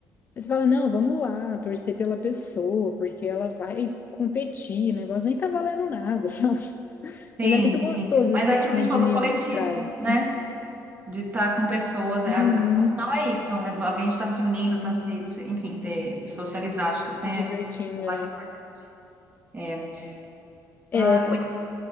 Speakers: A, on the left; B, on the right.
A: Aí Você fala, não, vamos lá, torcer pela pessoa, porque ela vai competir, o negócio nem tá valendo nada, <laughs> sabe?
B: sim,
A: Mas é muito gostoso
B: sim. Mas
A: esse sentimento
B: é aquilo que a gente falou
A: de união
B: do coletivo,
A: que traz.
B: né? De estar com pessoas.
A: Uhum,
B: é- é, no final é isso. É, alguém está se unindo, está se, se- enfim, ter, se socializar. Acho que isso
A: se
B: é
A: divertindo,
B: é o mais
A: né?
B: importante. É.
A: É,
B: Ah,